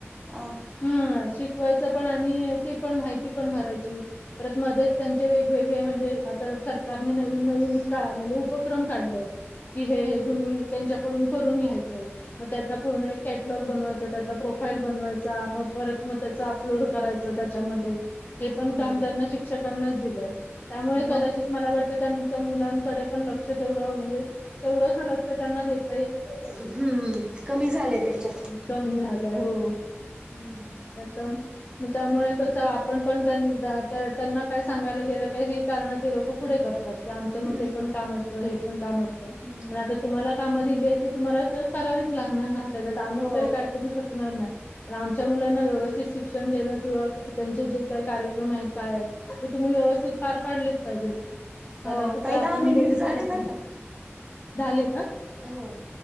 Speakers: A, on the right; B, on the left.
A: अ
B: हम श वायच पण आणि ते पण माहिती पण भरायची परत मध्येच त्यांचे वे वेगवेगळे म्हणजे आता सरकारने नवीन नवीन का म्हणजे उपक्रम काढलेत. कि हे हे तुम्ही त्यांच्याकडून करून घ्यायचं मग त्याचा पूर्ण कॅटलॉग बनवायचा त्याचा प्रोफाईल बनवायचा आप परत मग त्याच अपलोड करायचं त्याच्यामध्ये हे
A: हम्म
B: पण काम त्यांना शिक्षकांनाच दिलंय. त्यामुळे
A: मग
B: कदाचित मला वाटतं त्यांच मुलांकडे पण लक्ष तेवढं म्हणजे तेवढंस लक्ष त्यांना देत.
A: हम्म कमी झालंय त्यांच्याकडे.
B: कमी मिळालंय हो
A: हम्म
B: त्याता त्यामुळे कस आपण पण त्यांना काय सांगायला गेलं का ही कारण ते लोक पुात आ मण
A: हम्म
B: कामत पण काम असत
A: हम्
B: पण आ तुम्हा का तुम्हाला तर करावीच लागणार ना त्याच्यात आम्ही
A: हो
B: त काय करू शकणार नाही. पण आमच्या मुलांना व्यवस्थित शिक्षण देणं किंवा त्यांचे जे काही कार्यक्रम आहेत काय आहेत ते तुम्ही व्यवस्थित पार पाडलेच पाहिजेत त्याला
A: हो
B: कुठे
A: ताई
B: आपण
A: दहा मिनिट
B: बोलू
A: झाले
B: शकत नाही.
A: बर का
B: झाले का
A: हो